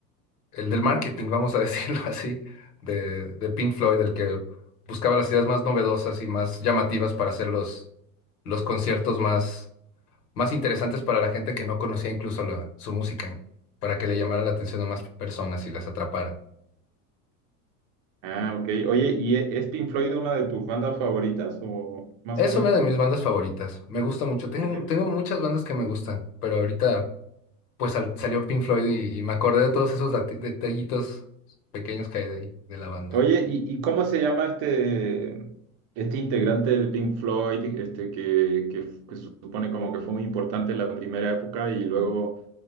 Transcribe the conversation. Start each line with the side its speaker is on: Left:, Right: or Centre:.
Left: el del marketing, vamos a <laughs> decirlo así, de, de Pink Floyd, el que buscaba las ideas más novedosas y más llamativas para hacer los, los conciertos más, más interesantes para la gente que no conocía incluso la, su música, ¿no? para que le llamara la atención a más personas y las atrapara.
Right: Ah, ok. Oye, ¿y e- es Pink Floyd una de tus bandas favoritas o más
Left: Es
Right: o menos?
Left: una de mis bandas favoritas, me gusta mucho. Tengo,
Right: Ok.
Left: tengo muchas bandas que me gustan, pero ahorita... pues sal- salió Pink Floyd y, y me acordé de todos esos dati- detallitos pequeños que hay de, ahí de la banda.
Right: Oye, ¿y, y cómo se llama este, este integrante de Pink Floyd, este, que, que, que se supone como que fue muy importante en la primera época y luego